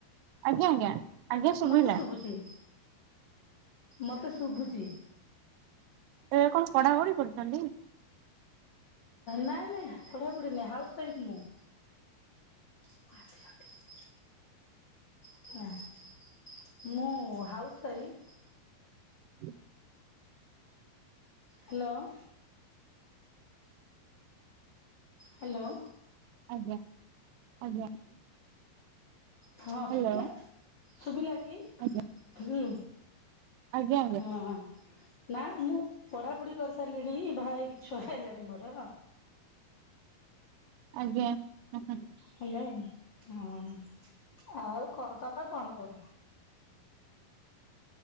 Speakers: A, on the right (about 85°); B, on the left (about 65°).
A: ଆଜ୍ଞା ଆଜ୍ଞା ଆଜ୍ଞା ଶୁଭିଲା।
B: ମତେ ଶୁଭୁଛି, ମତେ ଶୁଭୁଛି।
A: ଏ କଣ ପଢାପଢି କରୁଛନ୍ତି?
B: ନାଇଁ ନାଇଁ ପଢାପଢି ନାଇଁ, ହାଉସ ୱାଇଫ୍ ମୁଁ। <inaudible> ମୁଁ ହାଉସ ୱାଇଫ।
A: <inaudible>
B: ହ୍ୟାଲୋ। ହ୍ୟାଲୋ।
A: <inaudible>
B: ହଁ
A: ହ୍ୟାଲୋ
B: ଶୁଭିଲା ଶୁଭିଲା କି
A: ଆଜ୍ଞା
B: ହୁଁ।
A: ଆଜ୍ଞା
B: ହଁ। ନା ମୁଁ ପଢାପଢି କରିସାରିଲିଣି ବାହା ହେଇକି ଛୁଆ ହେଲାଣି ମୋର।
A: ଆଜ୍ଞା ହଁ।
B: ହେଲା ହଁ ଆଉ କଣ ତମେ କଣ କର?